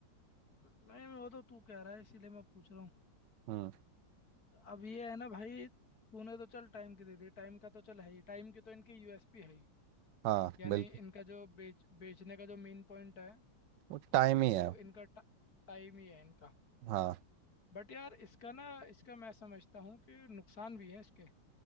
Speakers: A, on the left; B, on the right.
A: नहीं वो तो तू कह रहा है इसीलिए मैं पूछ रहा हूँ
B: हम्म
A: अब ये है ना भाई तूने तो चल टाइम की दे दी टाइम का तो चल है ही टाइम की तो इनकी यूएसपी है ही
B: हाँ
A: यानी
B: बिल्कुल
A: इनका जो बेच बेचने का जो मेन पॉइंट है
B: वो टाइम
A: वो
B: ही है
A: इनका टाइम ही है इनका
B: हाँ
A: बट यार इसका ना इसका मैं समझता हूँ कि नुकसान भी है इसके